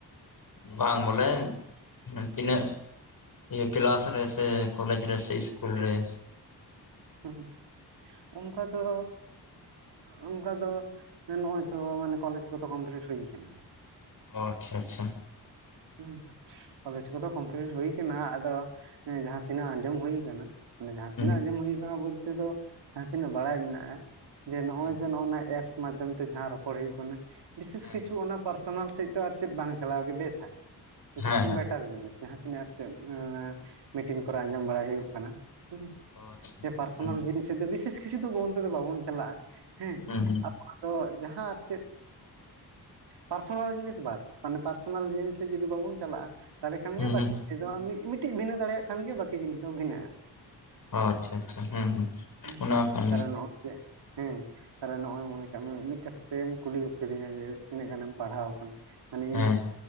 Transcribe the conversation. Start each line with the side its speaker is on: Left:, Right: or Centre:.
Left: ᱵᱟᱝ ᱵᱚᱞᱮ ᱛᱤᱱᱟᱹᱜ? ᱤᱭᱟᱹ ᱠᱮᱞᱟᱥ ᱨᱮ ᱥᱮ ᱠᱚᱞᱮᱡᱽ ᱨᱮ ᱥᱮ ᱤᱥᱠᱩᱞ ᱨᱮ,
Right: ᱦᱩᱸ ᱚᱱᱠᱟ ᱫᱚᱻ ᱚᱱᱠᱟ ᱫᱚ ᱱᱚᱳᱭ ᱛᱚ ᱢᱟᱱᱮ ᱠᱚᱞᱮᱡᱽ ᱠᱚᱫᱚ ᱠᱚᱢᱯᱞᱤᱴ ᱦᱩᱭᱩ ᱟᱠᱟᱱᱟ᱾
Left: ᱚ ᱟᱪᱪᱷᱟ ᱟᱪᱪᱷᱟ
Right: ᱦᱮᱸ ᱠᱚᱞᱮᱡ ᱠᱚᱫᱚ ᱠᱚᱢᱯᱤᱞᱴ ᱦᱩᱭ ᱟᱠᱟᱱᱟ ᱟᱫᱚ ᱡᱟᱦᱟᱸ ᱛᱤᱱᱟᱹᱜ ᱟᱸᱡᱚᱢ ᱦᱩ ᱟᱠᱟᱱᱟ ᱢᱟᱱᱮ ᱡᱟᱦᱟᱸ
Left: ᱦᱩᱸ
Right: ᱛᱤᱱᱟ ᱟᱸᱡᱚᱢ ᱦᱩᱭ ᱠᱟᱱᱟ ᱵᱚᱞᱛᱮ ᱫᱚ ᱡᱟᱦᱟᱸ ᱛᱤᱱᱟᱹ ᱵᱟᱲᱟᱭ ᱢᱮᱱᱟᱜᱼᱟ᱾ ᱡᱮ ᱱᱚᱼᱚᱭ
Left: ᱦᱮᱸ
Right: ᱡᱮ ᱱᱚᱭᱟ ᱮᱯᱥ ᱢᱟᱫᱷᱚᱢ ᱛᱮ ᱡᱟᱦᱟᱸ ᱨᱚᱯᱚᱲ ᱦᱩᱭᱩᱜ ᱠᱟᱱᱟ ᱵᱤᱥᱷᱮᱥ
Left: ᱦᱮᱸ
Right: ᱠᱤᱪᱷᱩ
Left: ᱦᱮᱸ
Right: ᱚᱱᱟ ᱯᱟᱨᱥᱚᱱᱟᱞ ᱥᱮᱡ ᱫᱚ ᱟᱨ ᱪᱮᱫ ᱵᱟᱝ ᱪᱟᱞᱟᱣ ᱜᱮ ᱵᱮᱥᱼᱟ᱾ ᱡᱚᱛᱚᱠᱷᱚᱱ
Left: ᱦᱮᱸ ᱦᱮᱸ
Right: ᱵᱮᱴᱟᱨ ᱡᱤᱱᱤᱥ ᱡᱟᱦᱟᱸᱛᱤᱱᱟᱹ ᱟᱨ ᱪᱮᱫ ᱢᱤᱴᱤᱱ ᱠᱚᱨᱮ ᱟᱸᱡᱚᱢ ᱵᱟᱲᱟᱭ ᱦᱩᱭᱩᱜ ᱠᱟᱱᱟ᱾ ᱦᱩᱸ
Left: ᱚ ᱟᱪᱪᱷᱟ
Right: <unintelligible> ᱯᱟᱨᱥᱚᱱᱟᱞ
Left: ᱦᱩᱸ
Right: ᱡᱤᱱᱤᱥ ᱥᱮᱪ ᱫᱚ ᱵᱤᱥᱮᱥ ᱠᱤᱪᱷᱩ ᱫᱚ ᱚᱱᱛᱮ ᱫᱚ ᱵᱟᱵᱚᱱ ᱪᱟᱞᱟᱜᱼᱟ᱾ ᱦᱮᱸ
Left: ᱦᱩᱸ
Right: ᱛᱚ ᱡᱟᱦᱟᱸ ᱟᱨ ᱪᱮᱫ ᱯᱟᱨᱥᱚᱱᱟᱞ ᱡᱤᱱᱤᱥ ᱵᱟᱫ ᱢᱟᱱᱮ ᱯᱟᱨᱥᱚᱱᱟᱞ ᱡᱤᱱᱤᱥ ᱡᱩᱫᱤ ᱵᱟᱵᱚᱱ ᱪᱟᱞᱟᱼᱟ ᱛᱟᱦᱚᱞᱮ ᱠᱷᱟᱱ
Left: ᱦᱩᱸ
Right: ᱜᱮ ᱵᱟᱹᱠᱤ
Left: ᱦᱩᱸ
Right: ᱠᱚᱫᱚ ᱢᱤᱫᱴᱤᱡ ᱵᱷᱤᱱᱟᱹ ᱫᱟᱲᱮᱭᱟᱜ ᱠᱷᱟᱱ ᱜᱮ ᱵᱟᱠᱤ ᱡᱤᱱᱤᱥ ᱫᱚ ᱵᱷᱤᱱᱟᱹᱼᱟ᱾
Left: ᱚ ᱟᱪᱪᱷᱟ ᱟᱪᱪᱷᱟ ᱦᱩᱸᱦᱩᱸᱸ
Right: ᱦᱮᱸ
Left: ᱚᱱᱟ ᱢᱟ ᱠᱟᱱ
Right: ᱛᱟᱦᱚᱞᱮ
Left: ᱜᱮ᱾
Right: ᱱᱚᱜᱼᱚᱭ ᱦᱮᱸ ᱛᱟᱦᱚᱞᱮ ᱱᱚᱚᱚᱭ ᱢᱚᱱᱮ ᱠᱟᱜ ᱢᱮ ᱢᱤᱫ ᱠᱟᱛᱷᱟ ᱛᱮᱢ ᱠᱩᱞᱤ ᱜᱚᱫ ᱠᱤᱫᱤᱧᱟ ᱡᱮ ᱛᱤᱱᱟᱹᱜ ᱜᱟᱱᱮᱢ ᱯᱟᱲᱦᱟᱣ ᱟᱠᱟᱱᱟ ᱢᱟᱱᱮ
Left: ᱦᱮᱸ
Right: ᱤᱧᱟᱹᱜ